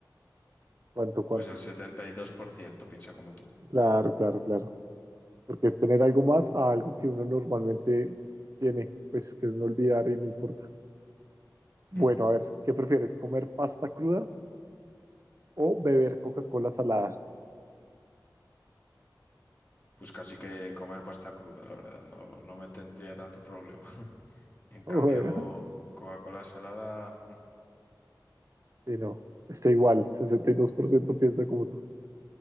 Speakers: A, on the right; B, on the left.
A: ¿Cuánto, cuánto?
B: Pues el setenta y dos por ciento piensa como tú.
A: Claro, claro, claro. porque es tener algo más a algo que uno normalmente tiene, pues que es no olvidar y no importa. Bueno,
B: Ujú.
A: a ver, ¿qué prefieres? ¿Comer pasta cruda o beber Coca-Cola salada? <laughs>
B: Pues casi que comer pasta cruda, la verdad, no, no me tendría tanto problema. <laughs> En cambio,
A: Bueno,
B: Coca-Cola salada... mm,
A: y no, está igual, sesenta y dos por ciento piensa como tú.